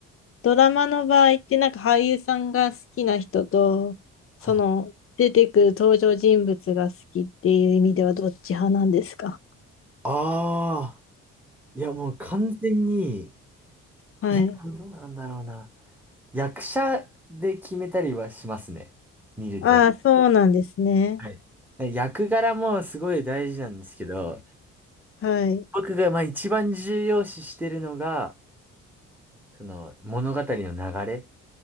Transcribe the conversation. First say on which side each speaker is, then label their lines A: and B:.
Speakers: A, on the left; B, in the centre.
A: ドラマの場合って、なんか俳優さんが好きな人と、
B: はい。
A: その、出てくる登場人物が好きっていう意味ではどっち派なんですか
B: ああ、いやもう完全に、
A: はい。
B: いや、どうなんだろうな。役者で決めたりはしますね。見ると。
A: ああ、そうなんですね。
B: はい。ね役柄もすごい大事なんですけど、
A: はい。
B: 僕がまあ一番重要視してるのが、その物語の流れ。